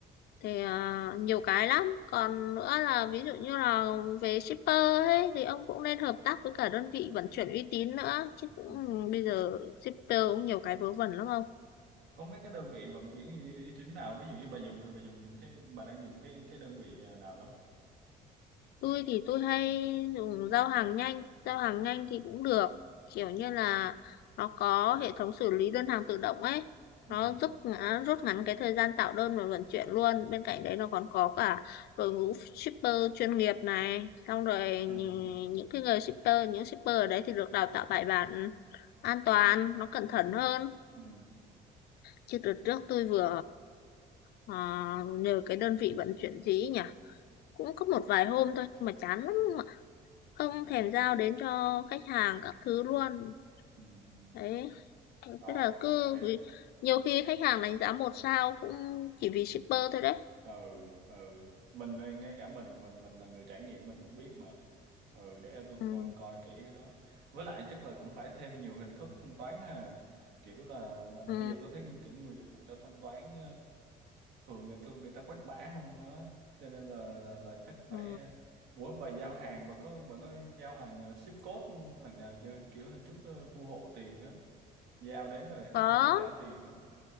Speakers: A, on the left; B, on the right.
A: thì à, nhiều cái lắm còn nữa là ví dụ như là về shipper ấy thì ông cũng nên hợp tác với cả đơn vị vận chuyển uy tín nữa chứ cũng
B: Ừ.
A: ừ, bây giờ shipper cũng nhiều cái vớ vẩn lắm ông
B: có mấy cái đơn vị vận chuyển uy uy tín nào ví dụ như bà dùng thì bà dùng cái bà đang dùng cái cái đơn vị nào đó
A: Tôi thì tôi hay dùng giao hàng nhanh, giao hàng nhanh thì cũng được, kiểu như là nó có hệ thống xử lý đơn hàng tự động ấy,
B: ừ
A: nó giúp ngã- rút ngắn cái thời gian tạo đơn và vận chuyển luôn. Bên cạnh đấy nó còn có cả đội ngũ shipper chuyên nghiệp này, xong rồi
B: ừ
A: nhì- những cái người shipper, những shipper ở đấy thì được đào tạo bài bản, an toàn, nó cẩn
B: ừ
A: thận hơn.
B: ừ ừ
A: Chứ đợt trước tôi vừa ờ, nhờ cái đơn vị vận chuyển gì ấy nhỉ, cũng có một vài hôm thôi nhưng mà chán lắm không
B: Ờ.
A: thèm giao đến cho khách hàng các thứ luôn
B: ừ ừ.
A: đấy thế
B: rồi
A: là
B: ok
A: cứ vì nhiều khi khách hàng đánh giá một sao cũng chỉ vì shipper thôi đấy
B: ừ ừ mình đây, ngay cả mình mình mình là người trải nghiệm mình cũng biết mà ừ để tôi
A: ừ,
B: coi, coi kỹ cái đó với lại chắc là cũng phải thêm nhiều hình thức thanh toán ha kiểu là, là
A: ừ,
B: bây giờ tôi thấy kiểu người dùng người ta thanh toán thường người ta, người ta quét bã không á cho nên là là là chắc phải
A: ừ.
B: ủa bà giao hàng bà có bà có giao hàng ờ, ship code lần nào chưa kiểu hình thức ờ, thu hộ tiền á giao đến rồi
A: có
B: khách hàng mới trả tiền á